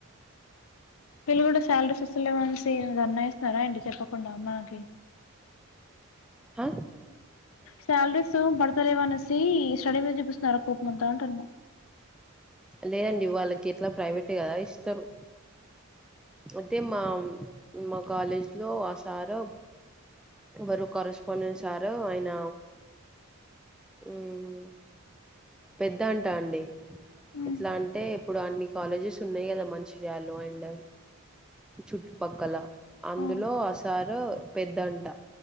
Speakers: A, on the left; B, in the centre.
A: వీళ్లు కూడా శాలరీస్ వస్తలేవనేసి ధర్నా చేస్తున్నార ఏంటి చెప్పకుండా మనకి
B: ఆ
A: శాలరీస్ పడతలేవనేసి స్టడీ మీద చూపిస్తున్నారా కోపమంతా అంటున్న
B: లేదండి వాళ్ళకి ఎట్లా ప్రైవేట్ కదా ఇస్తారు వద్దే మా మా కాలేజ్‌లో ఆ సారు ఎవరు కరస్పాండెంట్ సారు ఆయన ఉమ్మ్ పెద్దంటా అండి
A: అంటున్నా
B: ఇట్లా అంటే ఇప్పుడు అన్ని కాలేజెస్ ఉన్నాయి కదా మంచిర్యాలో అండ్ చుట్టుపక్కల అందులో
A: ఆ
B: ఆసారు పెద్దంట